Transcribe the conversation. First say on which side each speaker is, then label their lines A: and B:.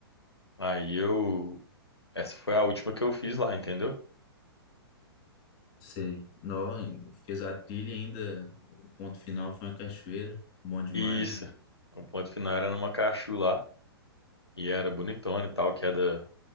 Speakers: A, on the left; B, on the left.
A: Aí eu. Essa foi a última que eu fiz lá, entendeu?
B: Sei. Não, fez a trilha ainda. O ponto final foi uma cachoeira. Bom demais,
A: E Isso.
B: né?
A: O ponto final era numa cachu lá, e era bonitona e tal, queda